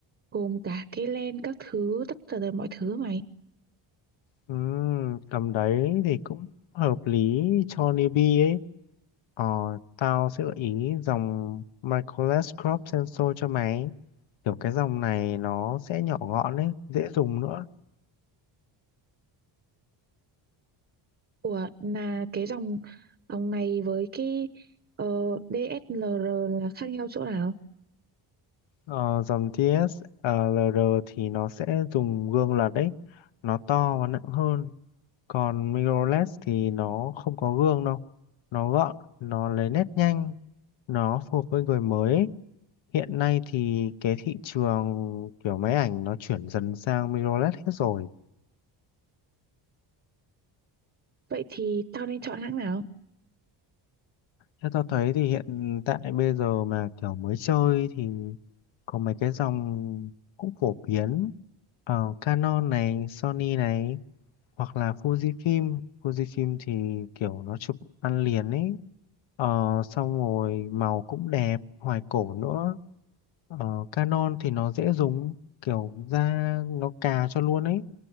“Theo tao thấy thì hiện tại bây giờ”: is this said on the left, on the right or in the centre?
Left